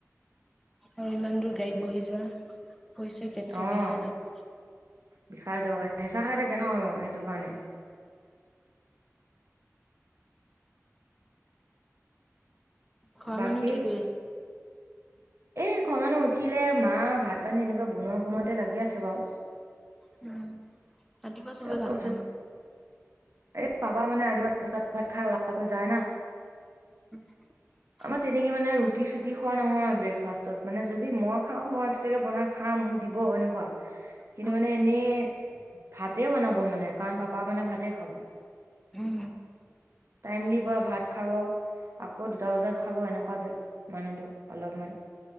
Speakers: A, in the centre; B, on the right.
A: আৰু ইমান দূৰ গাড়ীত বহি যোৱা, ভৰি-চৰি, পেট- ছেট,
B: অঁ
A: বিষাই যাব।
B: বিষাই যাব! হেঁচা খাই থাকে ন' সেইটো কাৰণে।
A: ঘৰৰ
B: বাকী?
A: মানুহ কি কৰি আছে?
B: এই, ঘৰ মানুহ উঠিলে, মা ভাত-পানী এনেকুৱা, বনোৱা-বনোৱাতে লাগি আছে বাৰু।
A: উম! ৰাতিপুৱা চবে
B: তাৰ
A: ভাত
B: পাছত,
A: খাই ন?
B: এই পাবা মানে, আলিবাট। পাছত ভাত খাই, ওলাকৈ যায় না।
A: <inaudible>
B: আমাৰ তেনেকে মানে, ৰুট-ছুটি খোৱা নহয়, ব্ৰেকফাষ্টত। মানে, যদি মই খাওঁ, একষ্ট্ৰাকে বনাও। খা, মোক দিব এনেকুৱা।
A: <inaudible>
B: কিন্তু মানে এনেই, ভাতে বনাব মানে। কাৰণ, পাপা মানে, ভাতে খাব।
A: উম!
B: টাইমলি পৰা ভাত খাব। আকৌ, দুটা বজাত খাব। এনেকুৱা যে, মানুহটো অলপমান,